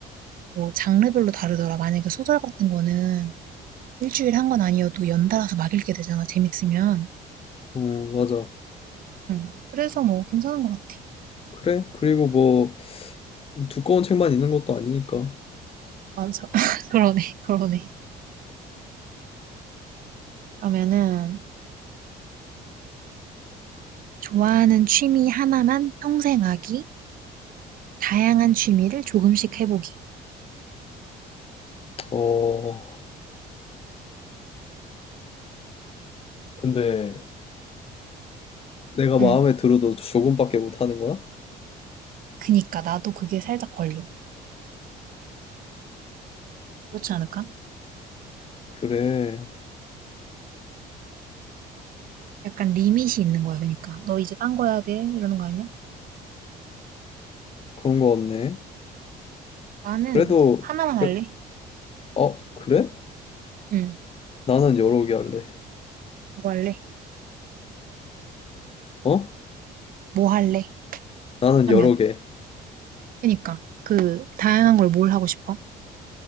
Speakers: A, on the right; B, on the left.
A: 뭐 장르별로 다르더라. 만약에 소설 같은 거는 일주일에 한 건 아니어도 연달아서 막 읽게 되잖아, 재밌으면.
B: 어, 맞아.
A: 응. 그래서 뭐 괜찮은 것 같아.
B: 그래? 그리고 뭐, 두꺼운 책만 있는 것도 아니니까.
A: 맞아. <laughs> 그러네, 그러네. 그러면은, 좋아하는 취미 하나만 평생 하기, 다양한 취미를 조금씩 해보기.
B: 어, 근데 내가 마음에
A: 응.
B: 들어도 조금밖에 못 하는 거야?
A: 그니까 나도 그게 살짝 걸려. 그렇지 않을까?
B: 그래.
A: 약간 리밋이 있는 거야, 그러니까. 너 이제 딴 거 해야 돼? 이러는 거 아니야?
B: 그런 거 같네.
A: 나는
B: 그래도
A: 하나만
B: 그래
A: 할래.
B: 어 그래?
A: 응.
B: 나는 여러 개 할래.
A: 뭐 할래?
B: 어?
A: 뭐 할래?
B: 나는
A: 하면.
B: 여러 개.
A: 그러니까 그 다양한 걸 뭘 하고 싶어?